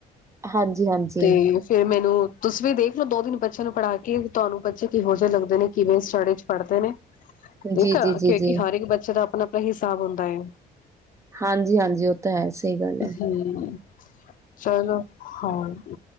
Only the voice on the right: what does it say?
ਹਾਂਜੀ ਹਾਂਜੀ
ਜੀ
ਜੀ ਜੀ
ਜੀ
ਹਾਂਜੀ ਹਾਂਜੀ, ਉਹ ਤਾਂ ਹੈ ਸਹੀ ਗੱਲ ਹੈ।